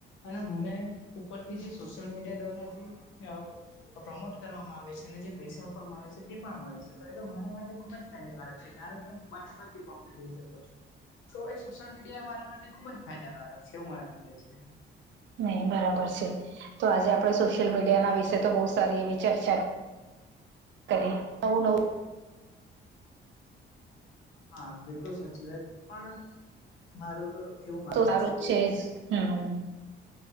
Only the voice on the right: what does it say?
<inaudible>
નહી બરાબર છે તો આજે આપડે સોશિયલ મીડિયાના વિશે તો બહુ સારી એવી ચર્ચા કરી. નવું નવું
તો સારું જ
છે એજ હમ્મ.